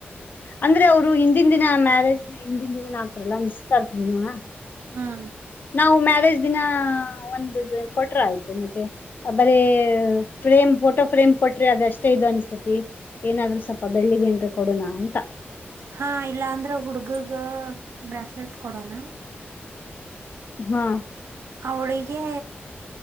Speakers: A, on the left; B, on the right.
A: ಅಂದ್ರೆ ಅವ್ರು ಹಿಂದಿನ ದಿನಾ ಮ್ಯಾರೇಜ್ ಹಿಂದಿನ ದಿನನ ಆಗ್ತಾರಲ್ಲಾ ನಿಶ್ಿತ ಇರ್ತ ದಿನಾ.
B: ಹಾಂ.
A: ನಾವು ಮ್ಯಾರೇಜ್ ದಿನ ಒಂದು ಕೊಟ್ರ ಆಯ್ತು ಮತ್ತೆ ಬರೇ. ಫ್ರೇಮ್ ಫೋಟೋ ಫ್ರೇಮ್ ಕೊಟ್ರೆ ಅದ ಅಷ್ಟೇ ಇದು ಅನ್ಸ್ತತಿ ಏನಾದ್ರು ಸ್ವಲ್ಪ ಬೆಳ್ಳಿದೇನ್ಿ ಕೊಡೋಣ ಅಂತ.
B: ಹಾ ಇಲ್ಲ ಅಂದ್ರೆ ಹುಡ್ಗಗ ಬ್ರೇಸ್ಲೆಟ್ ಕೊಡೋಣ.
A: ಹಾ.
B: ಅವಳಿಗೆ.